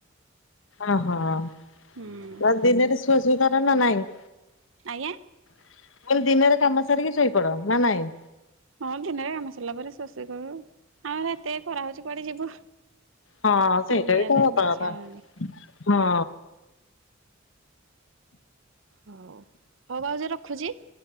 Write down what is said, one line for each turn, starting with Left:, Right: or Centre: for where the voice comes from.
Left: ଓହୋ ଆଉ
Right: ହୁଁ।
Left: ଦିନେରେ ସୁଆ ସୁଇ କର ନା ନାଇଁ।
Right: ଆଜ୍ଞା!
Left: ମୁଁ କଇଲି ଦିନରେ କାମ ସାରିକି ଶୋଇପଡ ନା ନାଇଁ।
Right: ହଁ ଦିନରେ କାମ ସରିଲା ପରେ ସୁଆ ସୋଇ କରୁ, ହଁ ଏତେ ଖରା ହଉଚଚି କୁଆଡେ ଯିବୁ।
Left: ହଁ ସେଇଟା
Right: ବୁଲିବା
Left: ବି କୋଉ
Right: ପାଇଁ
Left: ହବାକଥା।
Right: ଇଚ୍ଛା ହଉନି <inaudible> ହଉ ଭାଉଜ ରଖୁଛି।